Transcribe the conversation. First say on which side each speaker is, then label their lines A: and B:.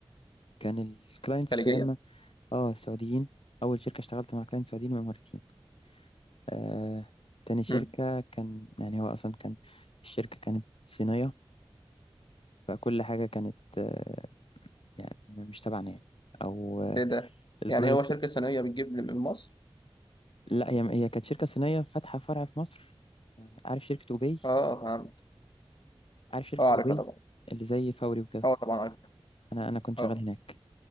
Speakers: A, on the left (about 75°); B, on the left (about 50°).
A: كان الكلاينتس
B: خارجية
A: يا اما اه سعوديين اول شركه اشتغلت مع كلاينت سعوديين واماراتيين آه تاني شركه
B: مم.
A: كان يعني هو اصلا كان الشركه كانت صينيه فكل حاجه كانت آه يعني مش تبعنا يعني او آه،
B: إيه ده
A: البروجكت
B: يعني هو شركة صينية بتجيب من مصر
A: لا هي هي كانت شركة صينية فاتحة فرع في مصر آه، عارف شركة أوباي
B: أه فهمت
A: عارف شركة
B: أه عارفها
A: أوباي
B: طبعا
A: اللي زي فوري وكده
B: أه طبعا عارفها
A: أنا أنا كنت
B: أه
A: شغال هناك